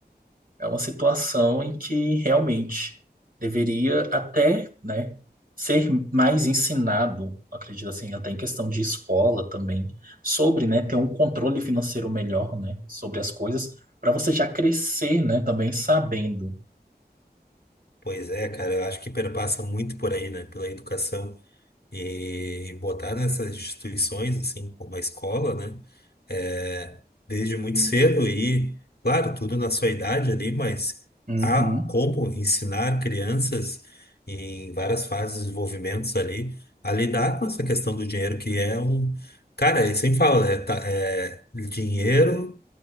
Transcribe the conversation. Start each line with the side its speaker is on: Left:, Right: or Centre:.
Right: é uma situação em que realmente deveria até, né, ser mais ensinado, acredito assim, até em questão de escola também, sobre, né, ter um controle financeiro melhor, né, sobre as coisas, para você já crescer, né, também sabendo.
Left: Pois é, cara, eu acho que perpassa muito por aí, né? Pela educação e botar nessas instituições, assim, como a escola, né? É, desde muito cedo e, claro, tudo na sua idade ali, mas
Right: Uhum,
Left: há como ensinar crianças em várias fases de desenvolvimentos ali a lidar com essa questão do dinheiro, que é um. Cara, eu sempre falo, né? Tá, é, dinheiro.